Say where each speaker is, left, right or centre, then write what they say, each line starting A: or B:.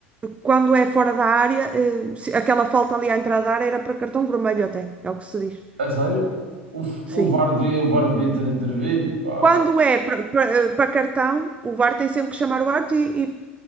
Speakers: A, on the right (about 20°); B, on the right (about 65°).
A: quando é fora da área, eh, se- aquela falta ali à entrada da área era para cartão vermelho até, é o que se diz.
B: É sério? O, f-
A: Sim.
B: o VAR devia, o VAR devia ter intervido, pá.
A: Quando é para para- para cartão, o VAR tem sempre que chamar o árbitro e,